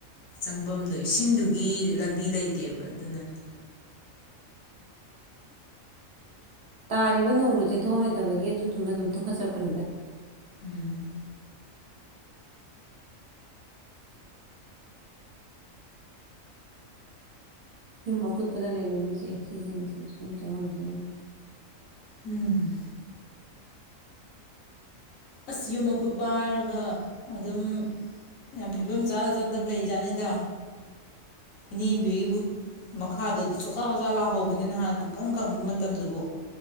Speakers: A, on the left; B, on the right.
A: ꯆꯪꯕꯝꯗꯣ ꯏꯁꯤꯡꯗꯨ ꯒꯤ ꯂꯝꯕꯤ ꯂꯩꯇꯦꯕ ꯑꯗꯨꯅꯅꯤ
B: ꯇꯥꯔꯤꯕ ꯅꯣꯡꯗꯨ ꯆꯦꯟꯊꯣꯛꯐꯝ ꯂꯩꯇꯕꯒꯤ ꯑꯗꯨꯗꯨꯅ ꯑꯗꯨꯝ ꯊꯨꯡꯈꯠꯆꯔꯛꯄꯅꯤꯗ
A: ꯎꯝ
B: ꯌꯨꯝ ꯑꯀꯨꯠꯄꯗ ꯂꯩꯕ ꯃꯤꯁꯦ ꯁꯤꯖꯤꯟꯅꯩꯁꯤꯗ ꯁꯨꯝ ꯆꯪꯉꯝꯗꯖꯠꯂꯥ
A: ꯎꯝ ꯑꯁ ꯌꯨꯝ ꯑꯀꯨꯠꯄ ꯍꯥꯏꯔꯒ ꯑꯗꯨꯝ ꯌꯥꯝ ꯐꯤꯕꯝ ꯆꯥꯗ ꯆꯠꯇꯕ ꯂꯩꯖꯥꯠꯅꯤꯗ ꯏꯅꯦꯕꯤꯕꯨ ꯃꯈꯥꯗꯣꯗꯤ ꯆꯣꯠꯖꯥꯠ ꯍꯣꯖꯥ ꯂꯥꯛꯍꯧꯕꯅꯤ ꯅꯍꯥꯟ ꯄꯨꯀꯪ ꯀꯪꯕ ꯃꯇꯝꯗꯨꯕꯨ